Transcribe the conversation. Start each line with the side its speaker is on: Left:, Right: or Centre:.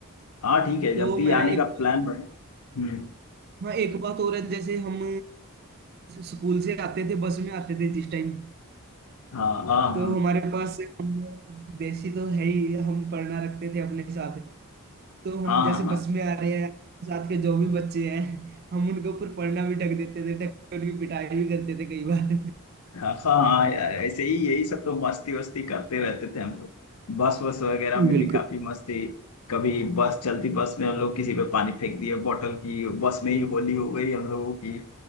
Left: हाँ ठीक है
Right: तो
Left: जब भी
Right: मैं
Left: आने
Right: एक
Left: का
Right: बार
Left: प्लान बने हम्म
Right: हाँ एक बात और है जैसे हम स्कूल से आते थे बस में आते थे जिस टाइम
Left: हाँ हाँ
Right: तो
Left: हाँ
Right: हमारे पास हम देसी तो है ही हम पढ़ना रखते थे अपने साथ तो हम
Left: हाँ
Right: जैसे
Left: हाँ हाँ
Right: बस में आ रहे हैं साथ के जो भी बच्चे हैं हम उनके ऊपर पढ़ना भी ढक देते थे ढक के उनकी पिटाई भी करते थे कई बार
Left: हाँ हाँ हाँ, यार ऐसे ही यही सब तो मस्ती वस्ती करते रहते थे हम लोग बस वस वगैरह
Right: बिल्कुल
Left: में भी काफी मस्ती कभी बस चलती बस में हम लोग किसी पे पानी फेंक दिए बोतल की बस में ही होली हो गई हम लोगों की